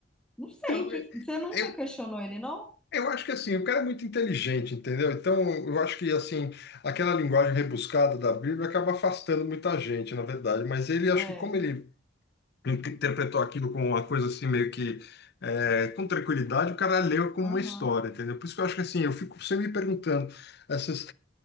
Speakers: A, in the centre; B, on the left.
A: Não sei,
B: Então,
A: que... você nunca
B: é, eu,
A: questionou ele, não?
B: eu acho que assim, o cara é muito inteligente, entendeu? Então, eu acho que assim, aquela linguagem rebuscada da Bíblia acaba afastando muita gente, na verdade. Mas ele, acho
A: É,
B: que como ele in- interpretou aquilo com uma coisa assim, meio que é, com tranquilidade, o cara leu como
A: aham,
B: uma história, entendeu? Por isso que eu acho que assim, eu fico sempre me perguntando, essa